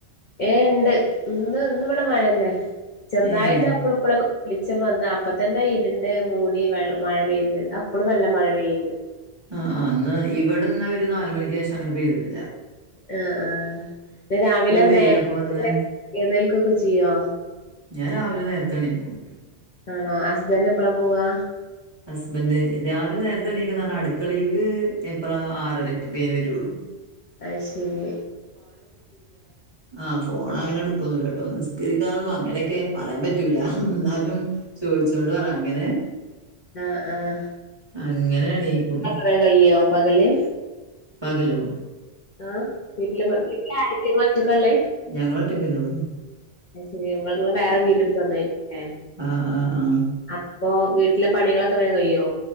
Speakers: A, on the left; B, on the right.
A: ഏഹ് ഇണ്ട് ഇന്ന് ഇന്ന് ഇവടെ മഴെന്നെ ചെർതായിട്ട്
B: ഏഹ്.
A: അപ്പളും ഇപ്പളൊക്കെ വെളിച്ചം വന്ന അപ്പ തന്നെ ഇര്ണ്ട് മൂടി വെൾ മഴ പെയ്ത് അപ്പളും നല്ല മഴ പെയ്യ്ണ്ട്
B: ആഹ് ആഹ് ഇന്നാ ഇവിടെന്നാ ഒര് നാല് മണിക്കേശം അങ്ങെനെ പെയ്ത്ട്ട്ല്ലാ
A: ആഹ് ആഹ് ത് രാവിലെ
B: വെയിലൊക്കെ
A: നേര്ത്തെ
B: വന്ന്
A: എഴ്ന്നേൽക്കൊക്കെ ചെയ്യോ
B: ഞാൻ രാവിലെ നേരെത്തെ എണീക്കും
A: ആണോ ഹസ്ബെൻ്റ് എപ്പെളാ പോവാ
B: ഹസ്ബന്റ് രാവിലെ നേരത്തെ എണീക്കും ന്നർഞ്ഞാ അട്ക്കളീക്ക് എപ്പളാ ആറരെക്കൊക്കേ ഞാ വെരാെള്ളു
A: അത് ശെരി
B: ആഹ് ഫോ ഫോണങ്ങെനെ എട്ക്കാെന്നുല്ലട്ടോ നിസ്കരിക്കാനും അങ്ങനെയെക്കെ പറയാം പറ്റൂല ന്നാലും ചോദിച്ചോണ്ട് പറ അങ്ങെനെ
A: ആഹ് ആഹ്
B: അങ്ങെനെണീക്കും
A: ബേം കയ്യോ പകല്
B: പകലോ
A: ആഹ് വീട്ടില് വീട്ടിലാരെക്കെ ഇങ്ങളൊറ്റക്കാള്ളെ
B: ഞങ്ങളൊറ്റെക്കെന്നെ ഒള്ളു
A: അത് ശെരി ഇങ്ങള് ങ്ങള് വേറെ വീട് ട്ത്ത് വന്നായ്ര്ക്കുംലേ
B: ആഹ് ആഹ് ആഹ്
A: അപ്പൊ വീട്ടിലെ പണികളൊക്കെ വേം കയ്യോ